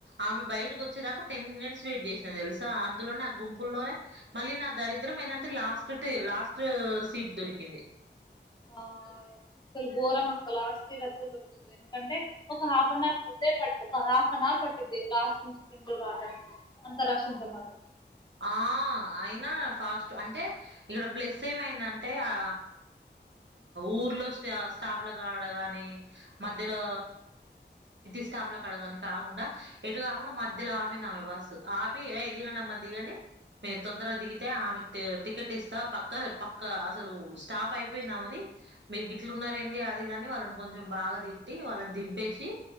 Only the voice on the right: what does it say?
ఆమె బయటకు వచ్చేదాకా టెన్ మినిట్స్ వెయిట్ చేసినా తెలుసా అందులోనే గుంపుల్లోనే మళ్ళీ నా దరిద్రం ఏంటంటే లాస్ట్ లాస్ట్ సీట్ దొరికింది
ఆ అయినా ఫాస్ట్ అంటే ఇక్కడ ప్లెస్ ఏమైందంటే ఆ ఊర్లో స్ట స్టాప్ల కాడ గాని మధ్యలో స్టాప్ లో కడగాని కాకుండా ఎటు కాకుండా మధ్యలో ఆపిందామె బస్సు ఆపి ఏయ్ దిగండమ్మ దిగండి మీరు తొందరగా దిగితే ఆమెకు టికెట్ ఇస్తా పక్క పక్క అసలు స్టాప్ అయి అయిపోయిందామెది మీరు గిట్లు ఉన్నారు ఏంది అది ఇదని వాళ్ళని కొంచెం బాగా తిట్టి వాళ్ళని దింపేసి